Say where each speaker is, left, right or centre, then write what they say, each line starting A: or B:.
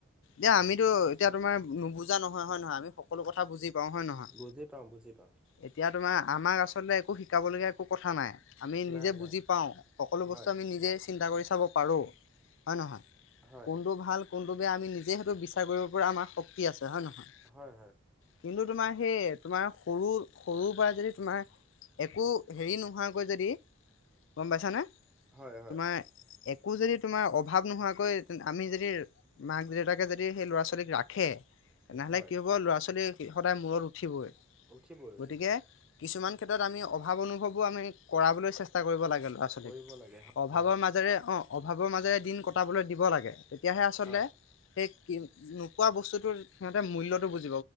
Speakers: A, on the left; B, in the centre.
A: এয়া আমিতো এতিয়া তোমাৰ। নুবুজা নহয় হয় নহয় আমি সোথা বুজি। পাওঁ হয় নহয়
B: বুজি পাওঁ বুজি পাওঁ।
A: এতিয়া তোমাৰ আমাক আচলতে একো শিকাবলগীয়া একো কথা নাই। আমি নিজে
B: নাই
A: বুজি
B: নাই
A: পাওঁ সকলো
B: হয়
A: বস্তু আমি নিজে চিন্তা কৰি চাব পাৰোঁ হয় নহয়।
B: হয়
A: কোনটো ভাল কোনটো বেয়া আমি নিজে সেইটো বিচাৰ কৰিব পৰা আমাৰ শক্তি আছে। হয় নহয়
B: হয় হয়
A: কিন্তু তোমাৰ সেই তোমাৰ সৰু সৰু পৰা যদি তোমাৰ একো হেৰি নোহোৱাকৈ যদি গম পাইছানে
B: হয় হয়
A: তোমাৰ এক আকৌ যদি তোমাৰ অভাৱ নোহোৱাকৈ আমি যদি মাক দেউতাকে যদি সেই ল'ৰা ছোৱালীক ৰাখে ৰাখে তেনেহ'লে
B: হয়
A: কি হ'ব ল'ৰা ছোৱালী সদায় মূৰত উঠিবই
B: উঠিবই উঠিবই
A: গতিকে কিছুমান ক্ষেত্ৰত আমি অভাৱ অনুভৱো আমি কৰাবলৈ চেষ্টা কৰিব লাগে ল'ৰা ছোৱালী
B: কৰিব লাগে হয়
A: অভাৱৰ
B: হয়
A: মাজেৰে অ অভাৱৰ মাজেৰে দিন কটাবলৈ দিব লাগেয়া তেতিয়াহে আচলতে
B: হয়
A: সেই কি নোপোৱা বস্তুটো সিহঁতে মূল্যটো বুজ